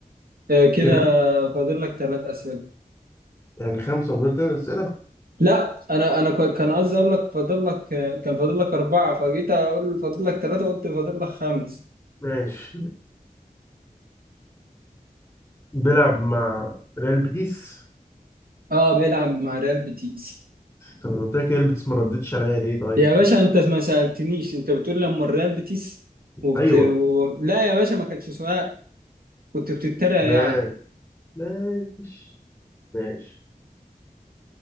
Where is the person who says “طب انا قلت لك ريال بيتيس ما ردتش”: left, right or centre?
Left